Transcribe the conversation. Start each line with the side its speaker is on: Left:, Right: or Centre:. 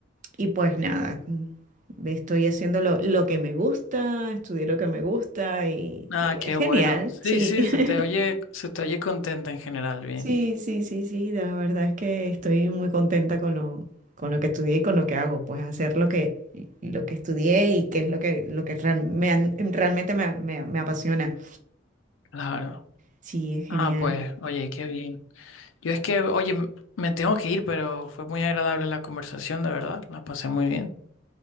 Right: y pues nada, mm, estoy haciendo lo, lo que me gusta, estudié lo que me gusta y,
Left: Ah,
Right: y
Left: qué
Right: es genial,
Left: bueno. Sí,
Right: sí.
Left: sí,
Right: <laughs>
Left: se te oye, se te oye contenta en general, bien.
Right: Sí, sí, sí, sí, la verdad es que estoy muy contenta con lo, con lo que estudié y con lo que hago, pues hacer lo que, lo que estudié y que es lo que, lo que real- me han- realmente me, me- me apasiona.
Left: Claro.
Right: Sí, es genial.
Left: Ah, pues, oye, qué bien. Yo es que, oye, m- me tengo que ir, pero fue muy agradable la conversación, de verdad. La pasé muy bien.